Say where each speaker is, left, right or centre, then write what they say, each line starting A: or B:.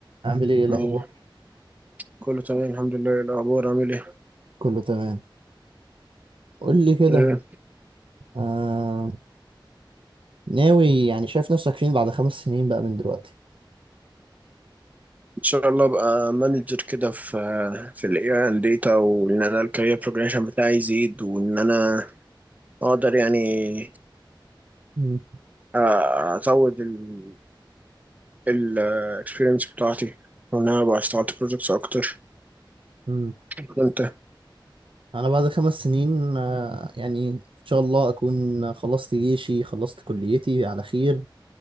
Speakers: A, on the right; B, on the right.
A: عامل ايه الاخبار
B: إيه كله تمام الحمد لله إيه الأخبار عامل إيه؟
A: كله تمام قول لي كده
B: إيه
A: آه... ناوي يعني شايف نفسك فين بعد خمس سنين بقى من دلوقتي
B: إن شاء الله أبقى مانجر كده في في ال AI and data وإن أنا الكارير بروجريشن بتاعي يزيد وإن أنا أقدر يعني
A: مم.
B: أ- أزود ال ال experience بتاعتي وإن أنا أبقى اشتغلت projects أكتر
A: مم.
B: وأنت
A: انا بعد خمس سنين آه... يعني ان شاء الله اكون خلصت جيشي خلصت كليتي على خير